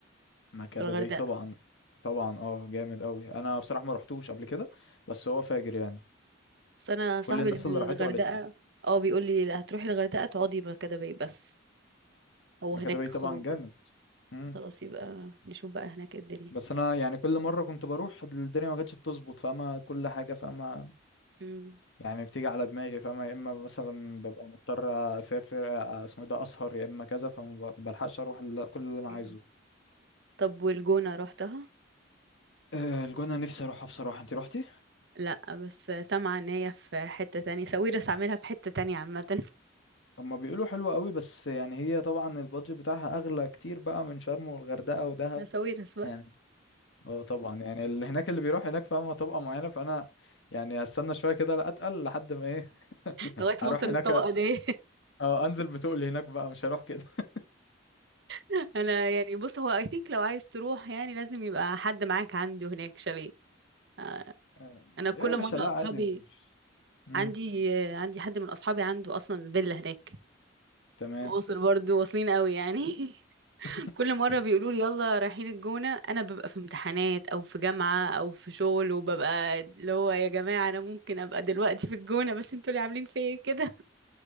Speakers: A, on the left; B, on the right.
A: مكادة
B: في الغردقة
A: باي طبعا طبعا اه جامد قوي انا بصراحة ما رحتوش قبل كده بس هو فاجر يعني
B: بس أنا صاحبي
A: كل الناس
B: اللي من
A: اللي راحته
B: الغردقة
A: قالت لي
B: اه بيقول لي لا هتروحي الغردقة تقعدي مكادة باي بس هو
A: مكادة
B: هناك
A: باي
B: خروج
A: طبعا جامد مم.
B: خلاص يبقى نشوف بقى هناك إيه الدنيا
A: بس انا يعني كل مرة كنت بروح الدنيا ما كانتش بتظبط فاما كل حاجة فاما
B: مم.
A: يعني بتيجي على دماغي فاما يا اما مثلا ببقى مضطر اسافر آه، اسمه إيه ده اسهر يا اما كذا فما ب- بلحقش اروح ال- كل اللي انا
B: <laughs>
A: عايزه
B: طب والجونة روحتها
A: آه، الجونة نفسي اروحها بصراحة انت روحتي
B: لا بس سامعة ان هي في حتة تانية ساويرس عاملها في حتة تانية عامة
A: هما بيقولوا حلوة قوي بس يعني هي طبعا البادجت بتاعها اغلى كتير بقى من شرم والغردقة ودهب
B: <laughs> ساويرس بقى
A: يعني اه طبعا يعني اللي هناك اللي بيروح هناك فاهمة طبقة معينة فانا يعني هستنى شوية كده لا اتقل لحد ما ايه
B: لغاية
A: اروح
B: ما اوصل
A: هناك
B: الطبقة
A: أ-
B: دي
A: اه انزل بتقل هناك بقى مش هروح كده <laughs>
B: <laughs> انا يعني بص هو اي ثينك لو عايز تروح يعني لازم يبقى حد معاك عنده هناك شاليه آه،
A: آه،
B: انا كل
A: يا باشا
B: مرة
A: لا
B: اصحابي
A: عادي مش امم
B: عندي آه، عندي حد من اصحابي عنده اصلا فيلا هناك
A: تمام
B: واصل برضه واصلين قوي يعني <laughs>
A: <laughs>
B: كل مرة بيقولوا لي يلا رايحين الجونة أنا ببقى في امتحانات أو في جامعة أو في شغل وببقى اللي هو يا جماعة أنا ممكن أبقى دلوقتي في الجونة بس انتوا اللي عاملين فيا كده